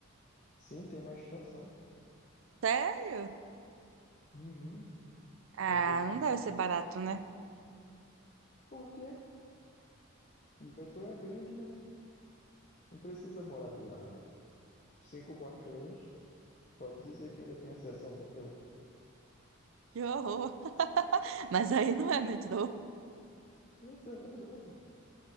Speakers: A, on the left; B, on the right.
A: Sim, tem uma estação.
B: Sério?
A: Uhum.
B: Ah,
A: A gente
B: não deve ser barato, né?
A: Porque o metrô é grande, né? Não precisa morar do lado. Cinco quarteirões, pode dizer que ainda tem acesso ao metrô.
B: Que horror! <laughs> Mas aí não é metrô.
A: Mas é verdade.